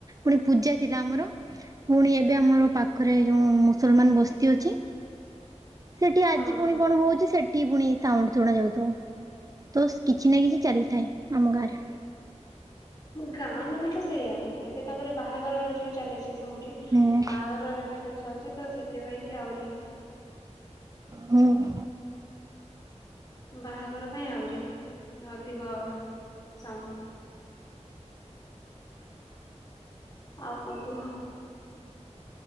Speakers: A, on the right; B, on the left.
A: ପୁଣି ପୂଜା ଥିଲା ଆମର ପୁଣି ଏବେ ଆମର ପାଖରେ ଯୋଉ ମୁସଲମାନ ବସ୍ତି ଅଛି ସେଠି ଆଜି
B: ହଁ
A: ପୁଣି କଣ ହଉଛି ସେଠି ପୁଣି ସାଉଣ୍ଡ ଶୁଣା ଯାଉଥିବ ତ ସ କିଛି ନା କିଛି ଚାଲିଥାଏ। ଆମ ଗାଁରେ
B: ଗାଁ ମାନେ ତ ସେଇଆ ଏବେ ତାପରେ ବାହାଘର ଯୋଉ ଚାଲିଛି ସବୁଠି
A: ହୁଁ।
B: ବାହାଘର ଏଇନକେ ଚାଲିଛି ତ ସେଥିପାଇଁ କି ଆହୁରି
A: ହୁଁ।
B: ବାହାଘର ପାଇଁ ଆହୁରି ମାନେ ଅଧିକ ସାଉଣ୍ଡ ଆଉ କଣ କୁହ?